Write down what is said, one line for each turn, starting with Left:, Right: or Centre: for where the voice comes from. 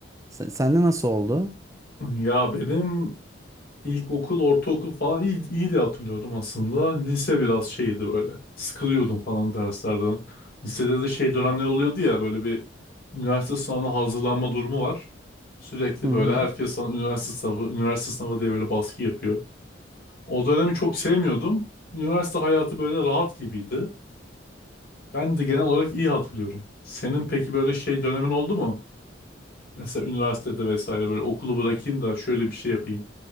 Right: Sen, sende nasıl oldu?
Left: Ya benim ilkokul, ortaokul falan iyi, iyi diye hatırlıyordum aslında. Lise biraz şeydi böyle. Sıkılıyordum falan derslerden. Lisede de şey dönemler oluyordu ya böyle bir üniversite sınavına hazırlanma durumu var. Sürekli
Right: Hı hı.
Left: böyle herkes sana üniversite sınavı, üniversite sınavı diye böyle baskı yapıyor. O dönemi çok sevmiyordum. Üniversite hayatı böyle rahat gibiydi. Ben de genel olarak iyi hatırlıyorum. Senin peki böyle şey dönemin oldu mu? Mesela üniversitede vesaire böyle okulu bırakayım da şöyle bir şey yapayım.